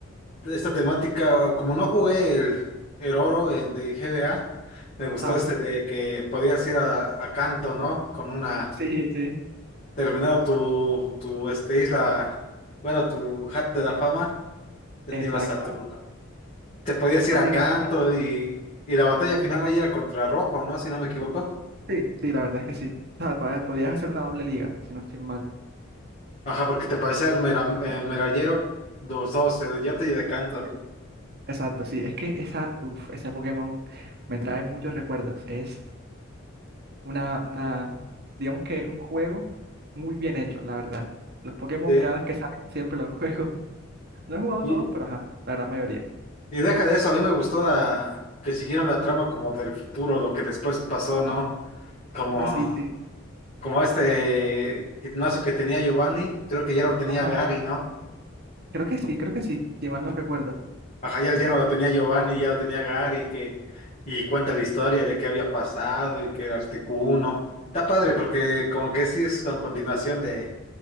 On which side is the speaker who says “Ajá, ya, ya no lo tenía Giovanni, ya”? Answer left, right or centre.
Left